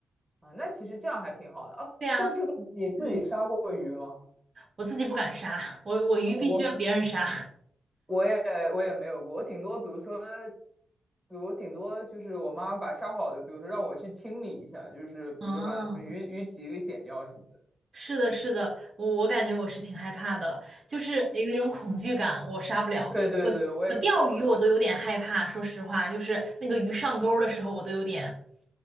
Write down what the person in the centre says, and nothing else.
啊，那其实这样还挺好的啊。
说到这个，你自己杀过鱼吗？
火锅。我也我也没有过，我顶多比如说，比如顶多就是我妈把杀好的，比如说让我去清理一下，就是比如说把那什么鱼鱼鳍给剪掉什么的。
<laughs> 对对对，
我也搞不了。